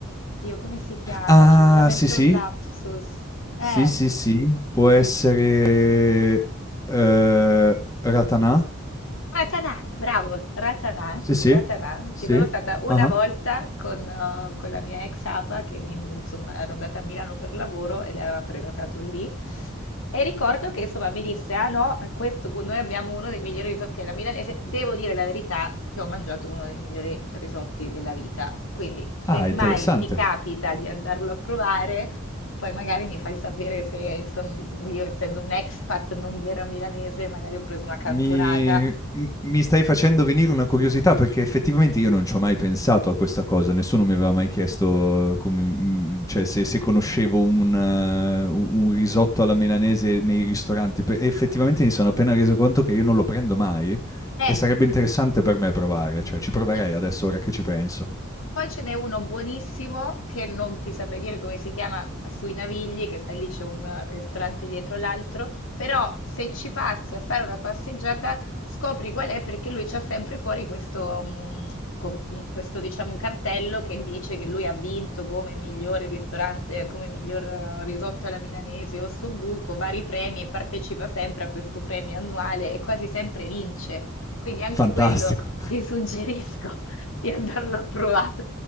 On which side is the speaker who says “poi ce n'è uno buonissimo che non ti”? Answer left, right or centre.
Left